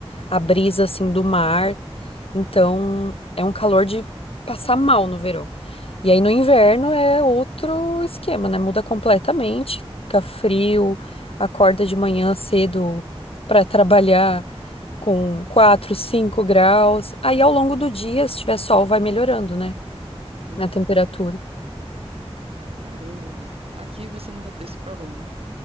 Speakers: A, on the left; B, on the right.
A: a brisa assim do mar, então é um calor de passar mal no verão. E aí no inverno é outro esquema, né? Muda completamente, fica frio, acorda de manhã cedo pra trabalhar com 4, 5 graus. Aí ao longo do dia, se tiver sol, vai melhorando, né?
B: Uhum.
A: A temperatura.
B: Caramba, velho. Aqui você não vai ter esse problema,